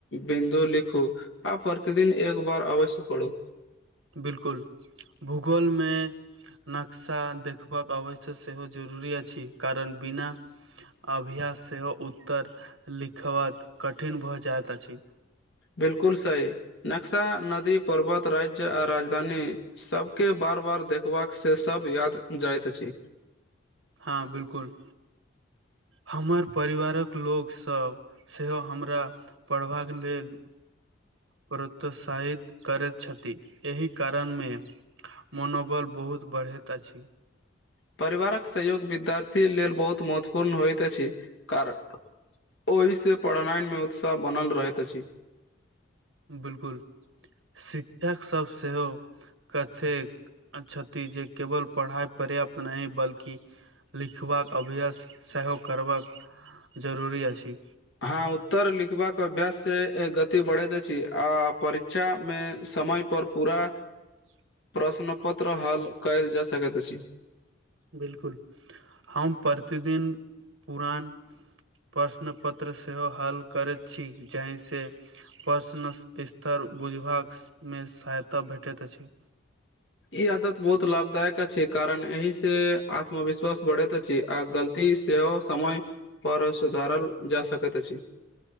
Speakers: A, on the left; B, on the right.
A: बिन्दु लिखू आ प्रतिदिन एक बार अवश्य पढ़ूं
B: बिलकुल भूगोलमे नक्शा देखबाक अवश्य सेहो जरुरी अछि कारण बिना अभ्यास सेहो उत्तर लिखबाक कठिन भऽ जाइत अछि
A: बिलकुल सहि नक्शा नदी पर्वत राज्य आ राजधानी सभके बार बार देखबाक से सभ याद जाइत अछि
B: हँ बिलकुल हमर परिवारक लोग सब सेहो हमरा पढ़बाक लेल प्रोत्साहित करैत छथि एहि कारणमे मनोबल बहुत बढ़ैत अछि
A: परिवारक सहयोग विद्यार्थी लेल बहुत महत्वपूर्ण होइत अछि कारण ओहिसँ पढ़नाइ मे उत्साह बनल रहैत अछि
B: बिलकुल शिक्षक सब सेहो कथेक छथि जे केवल पढ़ाई पर्याप्त नहि बल्कि लिखबाक अभ्यास सेहो करबाक जरूरी अछि
A: हँ उत्तर लिखबाक अभ्यास से गति बढ़ैत अछि आ परीक्षामे समय पर पूरा
B: <unintelligible> <unintelligible>
A: प्रश्नपत्र हल कयल जा सकैत अछि
B: बिल्कुल हम प्रतिदिन पुरान प्रश्नपत्र सेहो हाल करैत छी जाहिसँ प्रश्न स्तर बुझबासमे सहायता भेटैत अछि
A: ई आदत बहुत लाभदायक अछि कारण एहि से आत्मविश्वास बढ़ैत अछि आ गलती ते सेहो समय पर सुधारल जा सकैत अछि